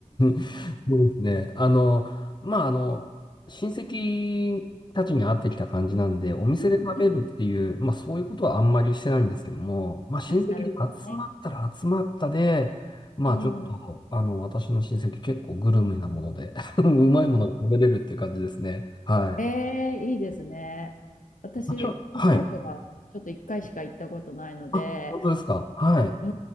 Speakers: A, on the left; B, on the left.
A: <laughs> そうですね。あの、まあ、あの、親戚たちに会ってきた感じなんで、お店で食べるっていう、
B: うん、うん。
A: まあ、そういうことはあんまりしてないんですけども、まあ、親戚に集まったら集まったで、
B: あ、なるほどね。
A: まあ、
B: うん。
A: ちょっと、あの、私の親戚結構グルメなもので、<laughs> うまいものが食べれるっていう感じですね。はい。
B: ええー、いいですね。私、
A: まあ、ちょ、
B: 北海道はちょっと1回しか行ったことないので、
A: はい。あ、本当ですか。はい。
B: う